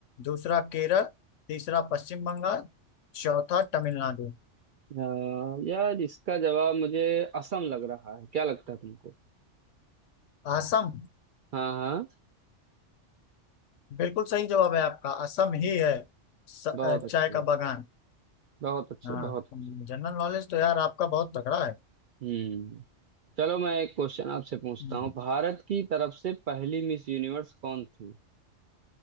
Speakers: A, on the left; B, on the right.
A: दूसरा केरल तीसरा पश्चिम बंगाल चौथा तमिलनाडु
B: अ, यार इसका जवाब मुझे असम लग रहा है क्या लगता है तुमको
A: असम
B: हाँ हाँ
A: बिल्कुल सही जवाब है आपका असम ही है स, अ,
B: बहुत
A: चाय
B: अच्छे
A: का बागान
B: बहुत अच्छे
A: हाँ
B: बहुत अच्छे।
A: जनरल नॉलेज तो यार आपका बहुत तगड़ा है
B: हम्म चलो मैं एक क्वेश्चन आपसे पूछता
A: हम्म,
B: हूँ भारत की तरफ से पहली मिस यूनिवर्स कौन थी